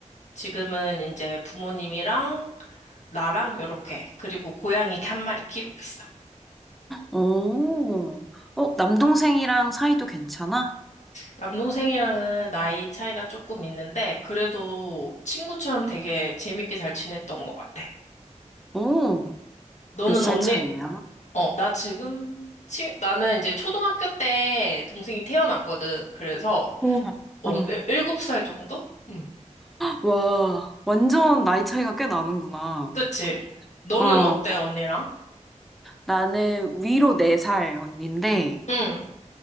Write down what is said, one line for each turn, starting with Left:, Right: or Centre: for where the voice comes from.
Left: 지금은 이제 부모님이랑 나랑 요렇게 그리고 고양이 이렇게 한 마리 키우고 있어.
Centre: 오, 어, 남동생이랑 사이도 괜찮아?
Left: 남동생이랑은 나이 차이가 조금 있는데 그래도 친구처럼 되게 재밌게 잘 지냈던 것 같아.
Centre: 오,
Left: 너는
Centre: 몇 살
Left: 언니,
Centre: 차이야?
Left: 어, 나 지금, 치, 나는 이제 초등학교 때 동생이 태어났거든. 그래서,
Centre: 어,
Left: 어,
Centre: 어.
Left: 일- 일곱 살 정도? 응,
Centre: 와, 완전 나이 차이가 꽤 나는구나.
Left: 그치. 너는
Centre: 어,
Left: 어때, 언니랑?
Centre: 나는 위로 4살 언니인데,
Left: 응.